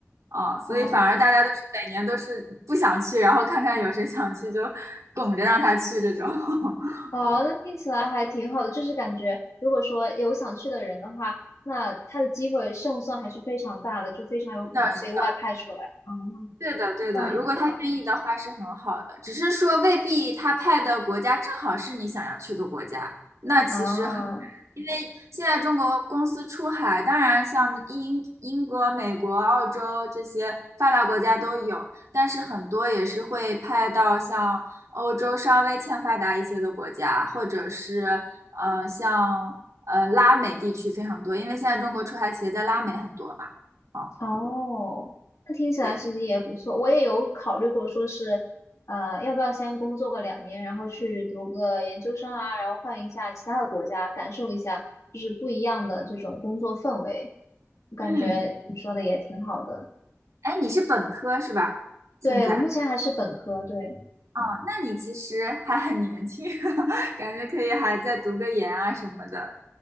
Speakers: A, on the right (about 85°); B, on the left (about 75°).
A: 哦，所以反而大家都是每年都是不想去，
B: 哦，
A: 然后看看有谁想去就拱着让他去这种，<laughs>
B: 哦，
A: 嗯、
B: 那听起来还挺好的，就是感觉如果说有想去的人的话，那他的机会胜算还是非常大的，就非常有可能被外派出来。
A: 是的，是的。
B: 嗯。
A: 对的，对的，
B: 这样也蛮好
A: 如果他愿意的话是很好的，只是说未必他派的国家正好是你想要去的国家。那其实很，
B: 的啊。
A: 因为现在中国公司出海，当然像英、英国、美国、澳洲这些发达国家都有，但是很多也是会派到像欧洲稍微欠发达一些的国家，或者是呃像呃拉美地区非常多，因为现在中国出海企业在拉美很多嘛。啊，
B: 哦，那听起来其实也不错。
A: 对，
B: 我也有考虑过，说是呃，要不要先工作个两年，然后去读个研究生啊，然后换一下其他的国家，感受一下就是不一样的这种工作氛围。我感觉你说的也挺好的。
A: 嗯。哎，你是本科是吧？现在，
B: 对，我目前还是本科，对
A: 哦，那你其实还很年轻，<laughs> 感觉可以还再读个研啊什么的，